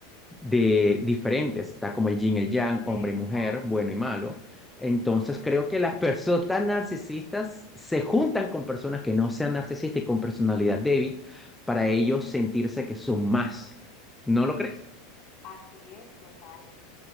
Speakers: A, in the centre; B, on the left (about 50°).
A: de diferentes, está como el yin, el yang,
B: exacto.
A: hombre y mujer, bueno y malo. Entonces creo que las personas tan narcisistas se juntan con personas que no sean narcisistas y con personalidad débil para ellos sentirse que son más. ¿No lo crees?
B: Así es, total.